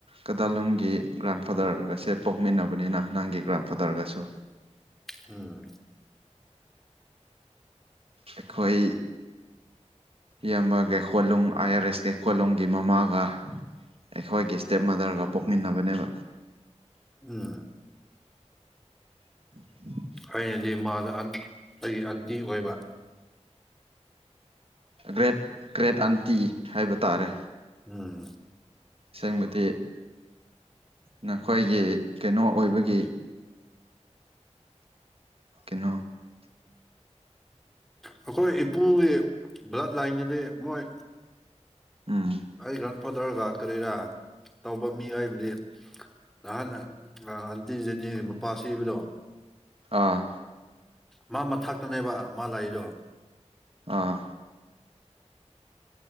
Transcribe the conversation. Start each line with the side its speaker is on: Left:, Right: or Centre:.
Right: ꯀꯗꯥꯂꯨꯝꯒꯤ ꯒ꯭ꯔꯥꯟꯐꯥꯗꯔꯒꯁꯦ ꯄꯣꯛꯃꯤꯟꯅꯕꯅꯤꯅ ꯍ ꯅꯪꯒꯤ ꯒ꯭ꯔꯥꯟ ꯐꯥꯗꯔꯒꯁꯨ
Centre: ꯑ
Right: ꯑꯩꯈꯣꯏ ꯌꯥꯃꯒꯩꯀꯣꯂꯣꯡ ꯑꯥꯏ ꯑꯥꯔ ꯑꯦꯁ ꯀꯩꯀꯣꯂꯣꯡꯒꯤ ꯃꯃꯥꯒ ꯑꯩꯈꯣꯏꯒꯤ ꯏꯁꯇꯦꯞ ꯃꯥꯗꯔꯒ ꯄꯣꯛꯃꯤꯟꯅꯕꯅꯦꯕ
Centre: ꯎꯝ
Right: <inaudible>
Centre: ꯑꯩꯅꯗꯤ ꯃꯥꯗ ꯑꯩꯒꯤ ꯑꯟꯇꯤ ꯑꯣꯏꯕ
Right: ꯒ꯭ꯔꯦꯠ ꯒ꯭ꯔꯦꯠ ꯑꯟꯇꯤ ꯍꯥꯏꯕ ꯇꯥꯔꯦ
Centre: ꯎꯝ
Right: ꯁꯦꯡꯕꯗꯤ ꯅꯈꯣꯏꯒꯤ ꯀꯩꯅꯣ ꯑꯣꯏꯕꯒꯤ ꯀꯩꯅꯣ
Centre: ꯑꯩꯈꯣꯏ ꯏꯄꯨꯒꯤ ꯕ꯭ꯂꯠ ꯂꯥꯏꯟꯒꯤꯗꯤ ꯃꯣꯏ
Right: ꯎꯨꯝ
Centre: ꯑꯩ ꯒ꯭ꯔꯥꯟꯐꯥꯗꯔꯒ ꯀꯔꯤꯔꯥ ꯇꯧꯕ ꯃꯤ ꯍꯥꯏꯕꯨꯗꯤ ꯅꯍꯥꯟ ꯑꯟꯇꯤꯖꯅꯤ ꯃꯄꯥ ꯁꯤꯕꯗꯣ
Right: ꯑꯥ
Centre: ꯃꯥ ꯃꯊꯛꯇꯅꯦꯕ ꯃꯥ ꯂꯥꯛꯏꯗꯣ
Right: ꯑꯥ